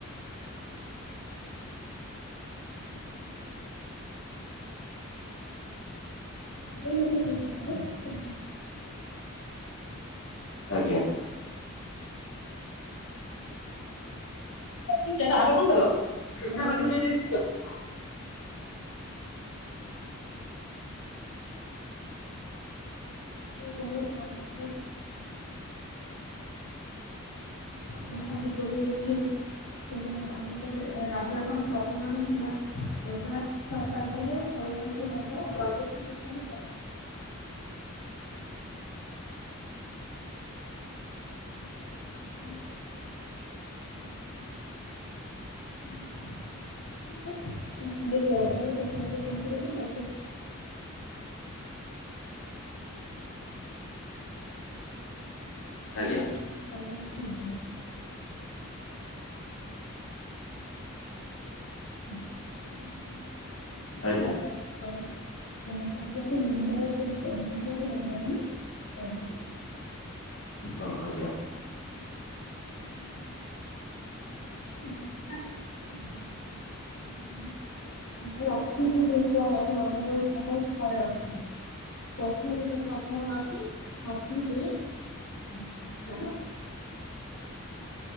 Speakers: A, on the left; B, on the left.
A: <inaudible> ପୂଜାକରେ <unintelligible>
B: ଆଜ୍ଞା। ଏ ପିଲାଟା ହାଡେ କଣଟେ ଦବ <unintelligible>
A: ହରିହର କହିଲେ ବହୁତ ବଡ ଶିବ <inaudible> ମହାଦୀପରେ ଉଠେ ତବ ଆଉ ଗୋଟେ ରାଜାଙ୍କ ସ୍ୱପ୍ନ ବି ଥିଲା ଏଗାର ଶତାବ୍ଦୀରେ ହୋଉଚି ବୋଧେ ଯଜାତିକେଶରୀ <unintelligible> <inaudible> <inaudible> ରଜାଙ୍କୁ ସ୍ବପ୍ନାଦେଶ ହେଇଥିଲା ଯେ ମତେ <inaudible> ଜାନୁଆରୀ
B: ଆଜ୍ଞା
A: ମାସରେ ଜାନୁଆରୀ ଫେବୁଆରୀ <inaudible> <inaudible>
B: ଆଜ୍ଞା
A: ଗଢିଲେ ଯାହାକୁ ଆଜି ଆମେ ଲିଙ୍ଗରାଜ ବୋଲି କୋହ ଲିଙ୍ଗରାଜ ମନ୍ଦିର ବୋଲି କୋହୁଚୁ।
B: ହଁ
A: ହଁ
B: ଆଜ୍ଞା
A: ଦେଖିଅଛି <inaudible> <inaudible> ଗୁଗୁଲା <inaudible> ଶହେ ଅଶୀ ଫୁଟ୍ ଉଚ୍ଚା ହେଲା ସେ ମନ୍ଦିରର ଉଚ୍ଚତା ହୋଉଚି ଶହେ ଅଶୀ ଫୁଟ୍। ପଥର ଭିତରେ ପଥର ରଖି ହାତୀ ଦେଇ <inaudible> ଉଁ